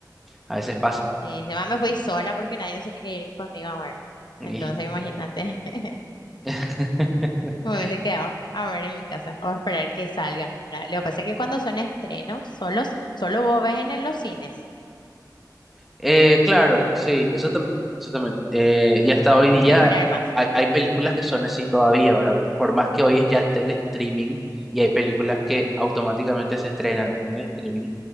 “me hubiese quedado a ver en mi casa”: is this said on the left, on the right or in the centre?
Left